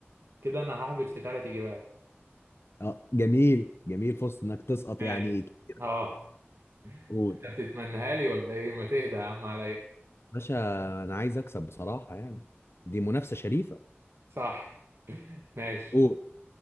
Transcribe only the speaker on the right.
كده انا ههبط في ثلاث اجابات
ماشي
اه
انت بتتمنها لي ولا ايه ما تهدى يا عم عليا
صح <laughs> ماشي